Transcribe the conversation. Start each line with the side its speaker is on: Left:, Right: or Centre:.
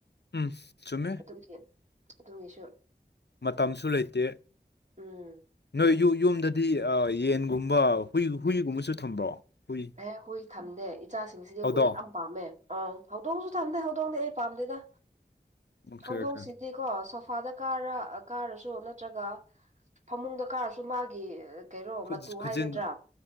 Left: ꯎꯝ ꯆꯨꯝꯃꯦ
Right: ꯑꯗꯨꯒꯤ ꯑꯗꯨꯒꯤꯁꯨ
Left: ꯃꯇꯝꯁꯨ ꯂꯩꯇꯦ
Right: ꯎꯝ
Left: ꯅꯣꯏ ꯌꯨ ꯌꯨꯝꯗꯗꯤ ꯌꯦꯟꯒꯨꯝꯕ ꯍꯨꯏ ꯍꯨꯏꯒꯨꯝꯕꯁꯨ ꯊꯝꯕ꯭ꯔꯣ ꯍꯨꯏ
Right: ꯑꯦ ꯍꯨꯏ ꯊꯝꯗꯦ ꯏꯆꯥꯁꯤꯡꯁꯤꯗꯤ
Left: ꯍꯧꯗꯣꯡ
Right: ꯍꯨꯏ ꯄꯥꯝꯃꯦ ꯑꯥꯎ ꯍꯧꯗꯣꯡꯁꯨ ꯊꯝꯗꯦ ꯍꯧꯗꯣꯡꯗꯤ ꯑꯩ ꯄꯥꯝꯗꯦꯗ
Left: ꯑꯣꯀꯦ
Right: ꯍꯧꯗꯣꯡꯁꯤꯗꯤ
Left: ꯑꯣꯀꯦ
Right: ꯀꯣ ꯁꯣꯐꯥꯗ ꯀꯥꯔ ꯀꯥꯔꯁꯨ ꯅꯠꯇ꯭ꯔꯒ ꯐꯃꯨꯡꯗ ꯀꯥꯔꯁꯨ ꯃꯥꯒꯤ ꯀꯩꯔꯣ
Left: ꯈꯨꯖ
Right: ꯃꯇꯨ
Left: ꯈꯨꯖꯤꯟ
Right: ꯍꯥꯏꯒꯗ꯭ꯔꯥ